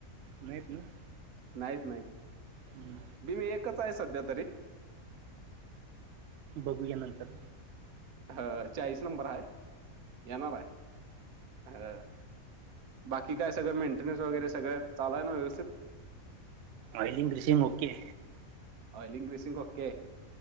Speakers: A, on the right; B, on the right.
A: नाहीत ना.
B: नाहीत नाहीत.
A: हम्म,
B: बिंब एकच आहे सध्या तरी.
A: बघूया नंतर.
B: हा, चाळीस नंबर आहे,, येणार आहे, हाऽ बाकी काय सगळ मेंटेन्स वगैरे सगळं, चालु आय ना व्यवस्थित.
A: Oiling, greasing okay
B: oil increasing okay